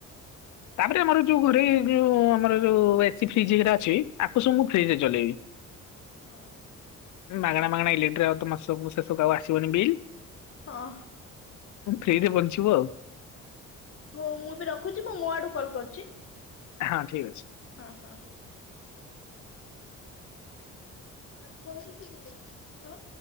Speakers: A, on the left; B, on the left.
A: ତାପରେ ଆମର ଯୋଉ ଘୋରେ ଯୋଉ ଆମର ଯୋଉ ଏସି ଫ୍ରିଜଟ ଅଛି ଆକୁ ସୁ ଫ୍ରିଜରେ ଚଲେଇବି।
B: ଓ।
A: ମାଗଣା ମାଗଣା ଇଲେକ୍ଟ୍ରି ଆଉ ତ ମାସକୁ ଶେଷକୁ ଆଉ ଆସିବନି ବିଲ୍
B: ହଁ
A: ଫ୍ରିରେ ବଞ୍ଚିବୁ ଆଉ
B: ହଁ ମୁଁ ବି ରଖୁଛି ମୁଁ ମୋ ଆଡୁ କଲ କରୁଛି।
A: ହଁ ଠିକ୍ ଅଛି।
B: ହଁ ହଁ। <unintelligible> ନାଁ କହିକିରି ଗଲେ <unintelligible> ହଁ